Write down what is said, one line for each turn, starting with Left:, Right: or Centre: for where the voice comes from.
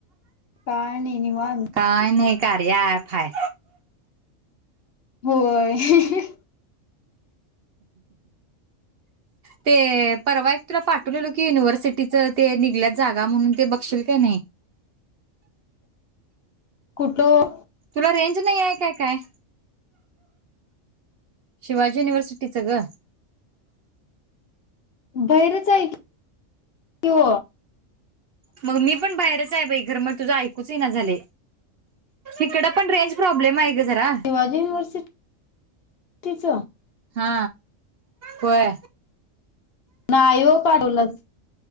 Left: काणी नि वान.
Right: काय नाही कार्या ऍप हाय
Left: होय हह..
Right: ते परवा एक तुला फाट. आपलेलो की युनिव्हर्सिटीच ते निघल्यात जागा म्हणून ते बघशील का नाही.
Left: <inaudible> दो..
Right: तुला रेंज नाही आहे का काय. शिवाजी युनिव्हर्सिटीचं ग.
Left: भैरच आहे. कि हो
Right: मग मी पण बाहेरच. च बाई र मग तुझा ऐकुच ययना झालय, ईकड पण रेंज प्रॉब्लेम आहे. ग जरा
Left: शिवाजी युनिव्हर्सि टीच.
Right: हा होय.
Left: नाही हो पाडवलाच.